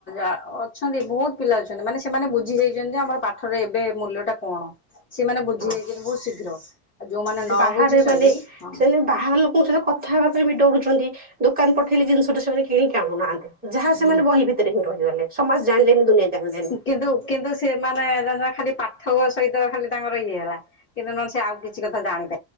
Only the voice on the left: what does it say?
ଆ ଅଛନ୍ତି ବହୁତ ପିଲା ଅଛନ୍ତି ମାନେ ସେମାନେ ବୁଝି ଯାଇଛନ୍ତି ଆମର ପାଠର ଏବେ ମୂଲ୍ୟ ଟା କଣ। ସେମାନେ ବୁଝି
ଯାଇଛନ୍ତି ବହୁତ ଶୀଘ୍ର ଆଉ ଯୋଉମାନେ ନ
ବୁଝିଛନ୍ତି
ହଁ।
ହୁଁ
କିନ୍ତୁ କିନ୍ତୁ ସେମାନେ ଖାଲି ପାଠ ସହିତ ଖାଲି ତାଙ୍କର ଇଏ ହେଲା କିନ୍ତୁ ନହେ ସେ ଆଉ କିଛି କଥା ଜାଣିନି।